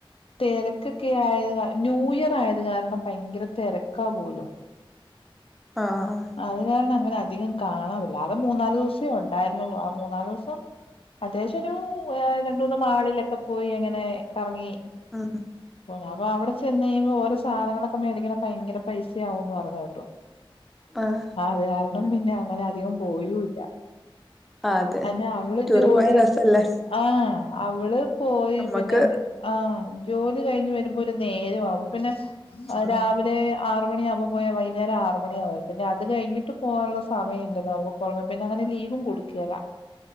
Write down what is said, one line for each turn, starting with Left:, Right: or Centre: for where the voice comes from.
Left: തെരക്ക് രക്ക്- ക്കെ ആയത് കാ ന്യൂയർ ആയത് കാരണം ഭയങ്കര തെരക്കാ പോലും
Centre: ആഹ് ആഹ്
Left: അത് കാരണം അങ്ങനെ അധികം കാണാവില്ല ആകെ മൂന്നാല് ദിവസേ ഉണ്ടായിരന്നുള്ളൂ ആ മൂന്നാല് ദിവസം- അത്യാവിശം ഒരു രണ്ടുമൂന്ന് മാളിലൊക്കെ പോയി അങ്ങനെ കറങ്ങി-
Centre: <unintelligible>
Left: പൊന്ന് അപ്പ അവിടെ ചെന്ന് കഴുമ്പോ ഓരോ സാധനങ്ങളൊക്കെ മേടിക്കണ ഭങ്കര പൈസയാകുന്ന് പറയിന്ന കേട്ടു
Centre: ആഹ്
Left: ആഹ് അത് കാരണം പിന്നെ അങ്ങനെ അധികം പോയുയില്ല
Centre: അതെ
Left: അന്നെ അവള്
Centre: ടൂറ്
Left: ജോലി
Centre: പോയ രസല്ലേ
Left: ആഹ് അവള് പോയി
Centre: നമ്മക്ക്
Left: പിന്നെ- ആഹ് ജോലി കഴിഞ്ഞ് വരുമ്പോ ഒരു നേരമാവു പിന്നെ
Centre: ഉം
Left: രാവിലെ- ആറു മണി ആകുമ്പോ പോയാ വൈകുന്നേരം ആറു മണിയ ആവും പിന്നെ അത് കഴിഞ്ഞിട്ട് പോകാനുള്ള സമയമ ഇല്ലല്ലോ നമ്മ- പോവാൻ പിന്നെ അങ്ങനെ ലീവും കൊടുക്കേല